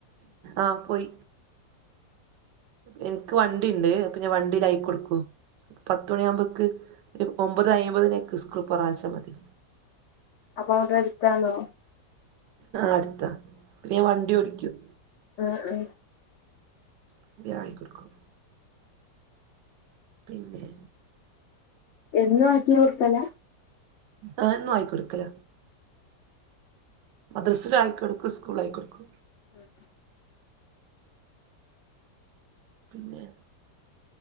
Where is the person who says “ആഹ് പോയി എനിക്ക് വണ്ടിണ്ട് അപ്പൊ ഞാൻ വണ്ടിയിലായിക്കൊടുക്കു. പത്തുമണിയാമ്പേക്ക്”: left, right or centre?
Right